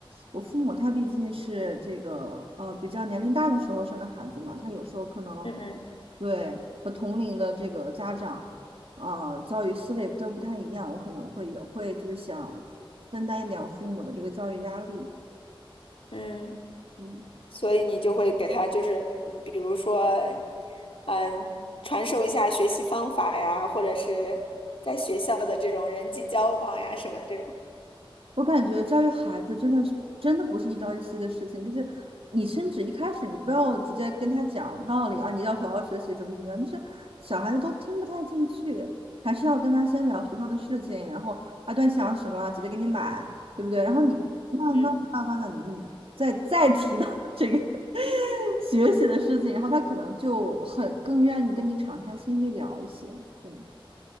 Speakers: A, on the right; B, on the left.
A: 我父母他毕竟是这个呃比较年龄大的时候生的孩子嘛，他有时候可能
B: 嗯嗯
A: 对和同龄的这个家长，呃，教育思维都不太一样，我可能会也会就是想分担一点我父母的这个教育压力，
B: 嗯，
A: 嗯。
B: 所以你就会给他就是，嗯比如说，嗯，传授一下学习方法呀，或者是在学校的这种人际交往呀什么的这种。
A: 我感觉教育孩子真的是真的不是一朝一夕的事情，就是你甚至一开始你不要直接跟他讲道理啊，你要好好学习怎么怎么样，就是小孩子都听不太进去，还是要跟他先聊学校的事情，然后啊，段想什么，姐姐给你买，对不对？然后你慢慢慢慢的，
B: 嗯，
A: 你再再提到 <laughs> 这个学习的事情，然后他可能就很更愿意跟你敞开心扉聊一些，对。